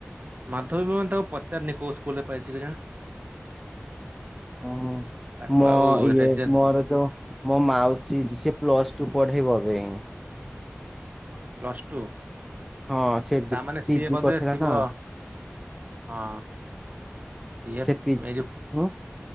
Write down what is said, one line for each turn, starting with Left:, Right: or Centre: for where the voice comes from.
Right: ମାଧ୍ୟମିକ ମାନ ତାଙ୍କୁ ପଚାରନି କୋଉ ସ୍କୁଲରେ ପାଇଛି କି ଜଣେ।
Centre: ହଁ
Right: ତାକୁ
Centre: ମୋ
Right: ଆଉ
Centre: ଇଏ
Right: ରେଜେ
Centre: ମୋର ଯୋଉ ମୋ ମାଉସୀ ସେ ପ୍ଲସ ଟୁ ପଢେଇବା ପାଇଁ।
Right: ପ୍ଲସ୍ ଟୁ
Centre: ହଁ ସେ
Right: ତାମାନେ
Centre: ପିଜି
Right: ସିଏ ବୋଧେ
Centre: କରିଥିଲା
Right: ଥିବ।
Centre: ନା
Right: ହଁ ସିଏଫ
Centre: ସେ ପିଜି
Right: ମ ଯେ
Centre: ହଁ